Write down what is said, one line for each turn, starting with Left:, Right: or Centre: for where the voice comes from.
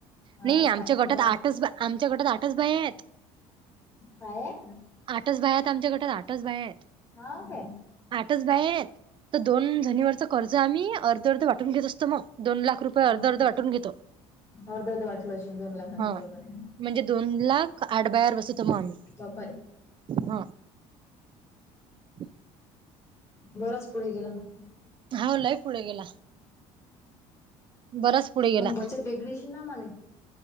Left: हाव
Right: नाही
Left: काय
Right: आमच्या
Left: आमचे
Right: गटात
Left: दहा
Right: आठच बा आमच्या गटात आठच बाई आहेत.
Left: काय वय
Right: आठच बाया हायत आमच्या गटात आठच बाया हायत.
Left: हाव काय.
Right: आठच बाहेर तर दोन जणींवरचं कर्ज आम्ही अर्ध अर्ध वाटून घेत असतो मग. दोन लाख रुपये
Left: हाव
Right: अर्ध अर्ध
Left: काय
Right: वाटून घेतो.
Left: अर्ध अर्ध वाटलं अशी दोन लाखाचं
Right: हा
Left: बरोबर हाय.
Right: म्हणजे दोन लाख आठ बायावर बसवतो मग आम्ही.
Left: बाप्पा रे
Right: हां. ब
Left: बराच पुढे गेला म.
Right: हाव लई पुढे गेला. बराच पुढे गेला
Left: म बचत फेगळीशी ना माने.